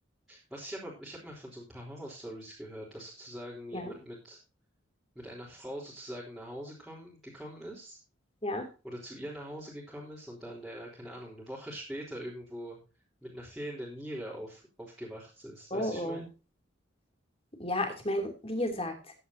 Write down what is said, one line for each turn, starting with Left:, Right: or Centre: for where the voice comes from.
Centre: Was ich aber, ich habe mal von so ein paar Horror-Stories gehört, dass sozusagen jemand
Left: Ja,
Centre: mit, mit einer Frau sozusagen nach Hause kommen, gekommen ist
Left: ja.
Centre: oder zu ihr nach Hause gekommen ist und dann der, keine Ahnung, eine Woche später irgendwo mit einer fehlenden Niere auf, aufgewacht ist. Weißt
Left: Oh,
Centre: du, ich
Left: oh.
Centre: mein?
Left: Ja, ich meine, wie gesagt.